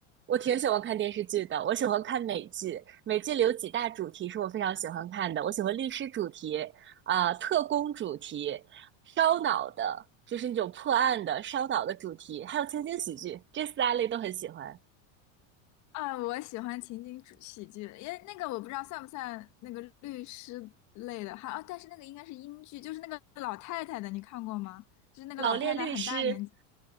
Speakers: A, on the right; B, on the left.
A: 我挺喜欢看电视剧的，我喜欢看美剧。美剧里有几大主题是我非常喜欢看的，我喜欢律师主题，啊、特工主题，烧脑的，就是那种破案的烧脑的主题，还有情景喜剧，这四大类都很喜欢。
B: 啊，我喜欢情景主喜剧，因为那个我不知道算不算那个律师类的，还啊，但是那个应该是英剧，就是那个老太太的，你看过吗？就是那个老太太很大年纪，
A: 老练律师，